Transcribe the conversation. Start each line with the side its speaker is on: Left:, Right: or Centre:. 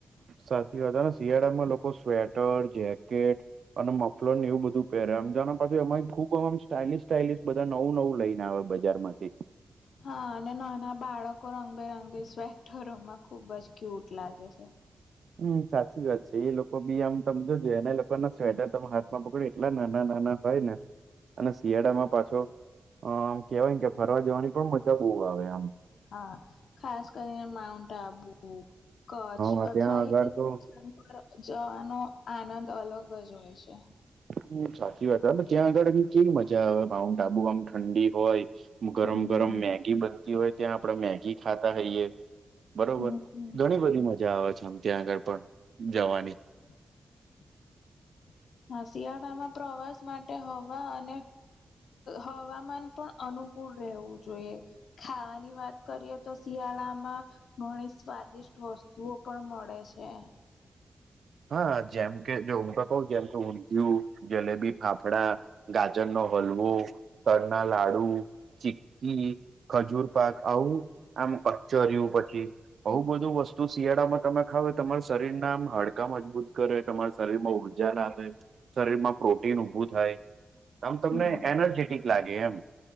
Right: સાચી વાત અને શિયાળામાં લોકો સ્વેટર, જેકેટ અને મફલર ને એવું બધું પેરે આમ જોને પાછું એમાંય ખુબ આમ સ્ટાઈલીશ સ્ટાઇલિશ બધા નવું નવું લઈને આવે બજારમાંથી.
Left: હા અને નાના બાળકો રંગબેરંગી સ્વેટરોમાં ખુબ જ ક્યુટ લાગે છે.
Right: હમ સાચી વાત છે. એ લોકો બી આમ તમ જોજો એના લોકોના સ્વેટર તમે હાથમાં પકડી એટલા નાના નાના હોય ને અને શિયાળામાં પાછો આમ કેવાય કે ફરવા જવાની પણ મજા બહુ આવે આમ.
Left: હા ખાસ કરીને માઉન્ટ આબુ. કચ્છ
Right: હા
Left: અથવા
Right: ત્યાં આગળ
Left: હિલ સ્ટેશન
Right: તો
Left: પર જવાનો આનંદ અલગ જ હોય છે.
Right: હમ સાચી વાત હે અને ત્યાં આગળ કેવી મજા આવે માઉન્ટ આબુ આમ ઠંડી હોય. ગરમ
Left: હમ
Right: ગરમ મેગી બનતી હોય ત્યાં આપડે મેગી ખાતા હઈએ. બરોબર.
Left: હમ
Right: ઘણી બધી મજા આવે છે આમ ત્યાં આગળ પણ જવાની.
Left: <inaudible> હા શિયાળામાં પ્રવાસ માટે હવા અને હવામાન પણ અનુકૂળ રહેવું જોઈએ. ખાવાની વાત કરીએ તો શિયાળામાં ઘણી સ્વાદિષ્ટ વસ્તુઓ પણ મળે છે.
Right: હા જેમ કે જો હું તો કઉં જેમ કે ઊંધિયું, જલેબી ફાફડા. ગાજરનો હલવો, તલના લાડુ. ચીકી, ખજૂર પાક આવું આમ કચરીયુ પછી આવું બધું વસ્તુ શિયાળામાં તમે ખાવ તમારા શરીર ના આમ હળ કા મજબૂત કરે, તમારા શરીર માં ઉર્જા લાવે, શરીરમાં પ્રોટીન ઉભું થાય. આમ તમને
Left: હમ
Right: એનર્જેટિક લાગે એમ.